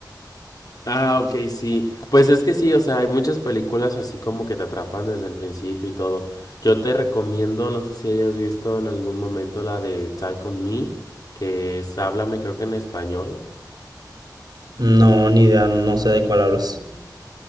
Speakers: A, on the left (about 60°); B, on the right (about 70°).
A: Ah, ok, sí. Pues es que sí, o sea, hay muchas películas así como que te atrapan desde el principio y todo. Yo te recomiendo, no sé si hayas visto en algún momento la de Talk on Me, que es Háblame, creo que en español.
B: No, ni idea, no sé de cuál hablas.